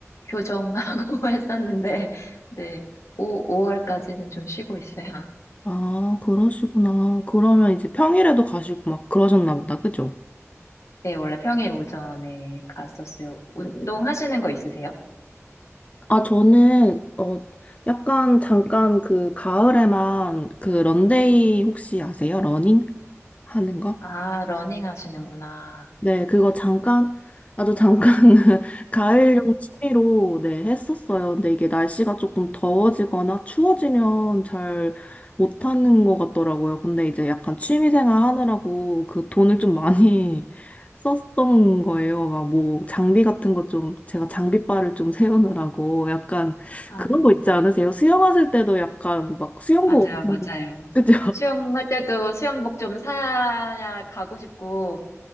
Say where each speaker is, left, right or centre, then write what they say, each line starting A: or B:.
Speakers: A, on the left; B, on the left.
A: 교정하고 <laughs> 했었는데 네, 오 5월까지는 좀 쉬고 있어요.
B: 아, 그러시구나. 그러면 이제 평일에도 가시고 막 그러셨나 보다, 그죠?
A: 네, 원래 평일 오전에 갔었어요. 운동하시는 거 있으세요?
B: 아, 저는, 어, 약간 잠깐 그 가을에만 그 런데이 혹시 아세요? 러닝 하는 거?
A: 아, 러닝 하시는구나.
B: 네, 그거 잠깐, 아주 잠깐 <laughs> 가을용 취미로 네, 했었어요. 근데 이게 날씨가 조금 더워지거나 추워지면 잘 못하는 것 같더라고요. 근데 이제 약간 취미 생활 하느라고 그 돈을 좀 많이 <laughs> 썼던 거예요. 막 뭐 장비 같은 거 좀, 제가 장비빨을 좀 세우느라고 약간
A: 아,
B: 그런 거 있지 않으세요? 수영하실 때도 약간 막 수영복
A: 맞아요,
B: 엄청,
A: 맞아요.
B: <laughs> 그죠?
A: 수영할 때도 수영복 좀 사야 가고 싶고,